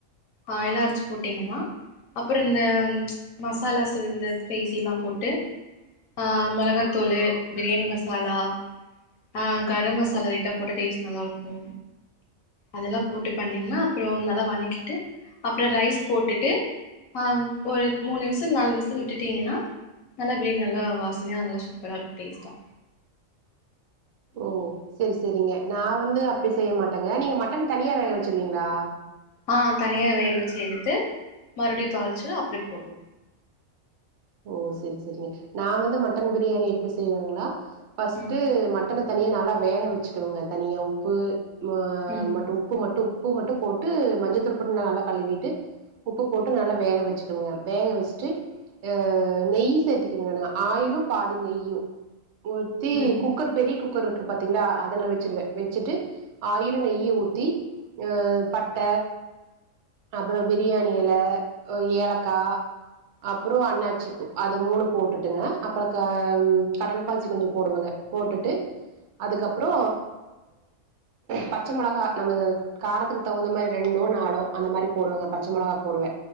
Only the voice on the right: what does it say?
ஓ சரி சரிங்க நா வந்து அப்டி செய்ய மாட்டேங்க நீங்க மட்டன் தனியா வேக வச்சிருவீங்களா
ஓ சரி சரிங்க நா வந்து மட்டன் பிரியாணி எப்டி செய்வங்களா ஃபர்ஸ்ட்டு
மட்டன தனியா நல்லா வேக வச்சுக்கவங்க தனியா உப்பு ம
மட்டு உப்பு மட்டும் ப்பு மட்டு போட்டு மஞ்சள்தூள் போட் ந நல்லா கலுவிட்டு உப்பு போட்டு நல்லா வேக வெச்சு <unintelligible> வேக வெஷ்ட்டு அ நெய்யி சேத்திக்கி வேணு ஆயிலு பாதி நெய்யு ஊத்தி
குக்கர் பெரி குக் குக்கருக்கு பாத்தீங்ளா அதல வெச்சிடுவ வெச்சிட்டு ஆயிலு நெய்யி ஊத்தி அ பட்ட அப்புற பிரியாணி எல உ ஏலக்கா அப் பறோ அன்னாச்சி பூ அது மூணு போட்டுட்டுங்க அப்பற க ம் கடல்பாசி கொஞ்சோ போடுவங்க போட்டுட்டு அதுக்கப்றோ பச்ச மொளகா நம்ளுது காரத்துக்கு தகுந்த மாரி ரெண்டோ நாளோ அந்த மாரி போடுவங்க பச்சை மொளகா போடுவ